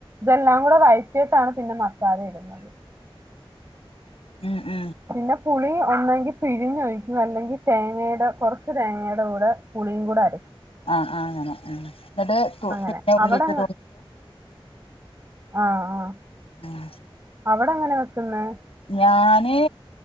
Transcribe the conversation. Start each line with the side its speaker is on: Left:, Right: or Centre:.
Right: എല്ലാം കൂടെ വഴറ്റിയിട്ട് ആണ് പിന്നെ തക്കാളി ഇടുന്നത്
Left: മ് മ്
Right: പിന്നെ പുളി ഒന്നെങ്കിൽ പിഴിഞ്ഞ് ഒഴിക്കും അല്ലെങ്കിൽ തേങ്ങേടെ കുറച്ചു തേങ്ങേടെ കൂടെ പുളിയും കൂടെ അര
Left: ആഹ് ആഹ് അങ്ങനെ <unintelligible> എന്നിട്ട്
Right: അങ്ങനെ.
Left: പിന്നെ ഉള്ളിയിട്ട്
Right: അവിടങ്ങ് ആഹ് ആഹ്
Left: ഉം
Right: അവിടെ എങ്ങനാ വെക്കുന്നെ
Left: ഞാന്